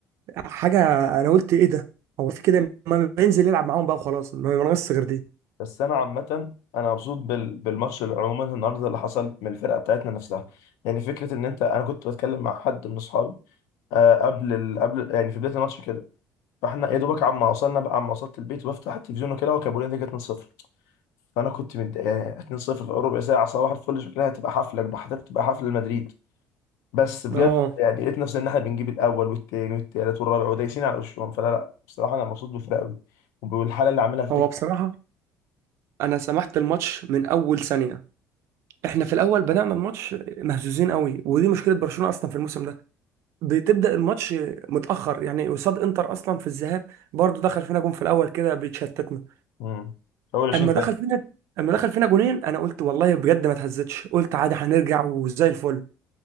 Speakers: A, on the right (about 65°); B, on the left (about 80°).
A: حاجه انا قلت ايه ده هو في كده ما ينزل يلعب معاهم بقى وخلاص ما ناقص غير دي
B: بس انا عامه انا مبسوط بال... بالماتش اللي عموما النهارده اللي حصل من الفرقه بتاعتنا نفسها يعني فكره ان انت انا كنت بتكلم مع حد من اصحابي آه قبل ال... قبل يعني في بدايه الماتش كده فاحنا يا دوبك عما وصلنا بقى عما وصلت البيت وبفتح التلفزيون وكده وكان بيقول لي نتيجه 2-0 فانا كنت متضايق يعني 2-0 في ربع ساعه صباح الفل شكلها هتبقى حفله هتبقى حفله مدريد بس بجد
A: اه
B: يعني لقيت نفسي ان احنا بنجيب الاول والتاني والتالت والرابع ودايسين على وشهم فلا لا بصراحه انا مبسوط بالفرقه قوي وبالحاله اللي عاملها فليك
A: هو بصراحه انا سمحت الماتش من اول ثانيه احنا في الاول بدأنا الماتش مهزوزين قوي ودي مشكله برشلونه اصلا في الموسم ده بتبدأ الماتش متأخر يعني قصاد انتر اصلا في الذهاب برضه دخل فينا جون في الاول كده بيتشتتنا
B: امم اول 20
A: اما
B: سنه
A: دخل فينا اما دخل فينا جونين انا قلت والله بجد ما اتهزتش قلت عادي هنرجع وزي الفل